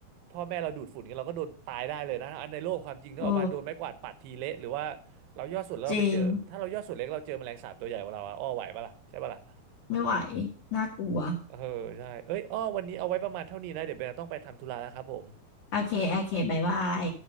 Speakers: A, on the right; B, on the left.
A: พ่อแม่เราดูดฝุ่นนี้ยเราก็โดนตายได้เลยนะอันในโลกความจริงเนกอะว่าโดนไม้กวาดปัดทีเละหรือว่า
B: เออ
A: เราย่อส่วนแล้วเราไปเจอถ้าเราย่อส่วนเล็กเราเจอแมลงสาบตัวใหญ่กว่าเราอะอ้อไหวปะล่ะใช่ปะล่ะ
B: จริงไม่ไหวน่ากลัว
A: เออใช่เอ้ยอ้อวันนี้เอาไว้ประมาณเท่านี้นะเดี๋ยวเบนต้องไปทำธุระแล้วครับผม
B: โอเคโอเคบ๊ายบาย